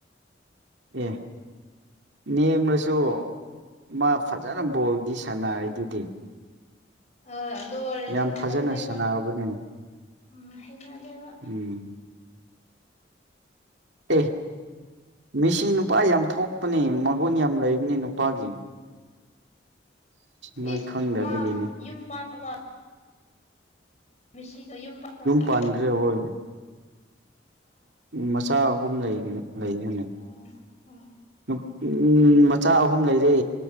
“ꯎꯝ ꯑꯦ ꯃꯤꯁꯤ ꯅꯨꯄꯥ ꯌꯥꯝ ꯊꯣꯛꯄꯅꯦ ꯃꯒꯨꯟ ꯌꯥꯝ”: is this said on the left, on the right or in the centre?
Right